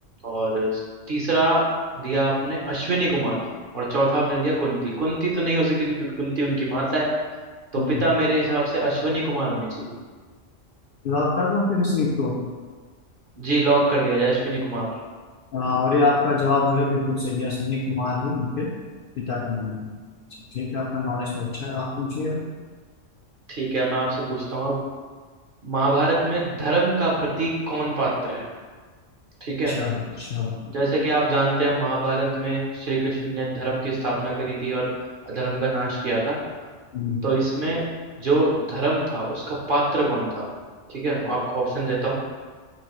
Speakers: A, on the right; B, on the left.
A: और तीसरा दिया आपने अश्विनी कुमार और चौथा आपने दिया कुंती कुंती तो नहीं हो सकती क्योंकि कुंती उनकी माता है तो
B: हम्म,
A: पिता मेरे हिसाब से अश्विनी कुमार होने चाहिए
B: लॉक कर दूं फिर इसी को
A: जी लॉक कर दिया जाए अश्विनी कुमार
B: हाँ, और ये आपका जवाब जो है बिल्कुल सही है अश्विनी कुमार ही उनके पिता का नाम था अच्छा, ठीक है आपका नॉलेज तो अच्छा है आप पूछिए
A: ठीक है मैं आपसे पूछता हूँ अब महाभारत में धर्म का प्रतीक कौन पात्र है ठीक
B: अच्छा
A: है
B: अच्छा
A: जैसे कि आप जानते हैं महाभारत में श्री कृष्ण ने धर्म की स्थापना करी थी और अधर्म का नाश किया था
B: हम्म,
A: तो इसमें जो धर्म था उसका पात्र कौन था ठीक है आपको ऑप्शन देता हूँ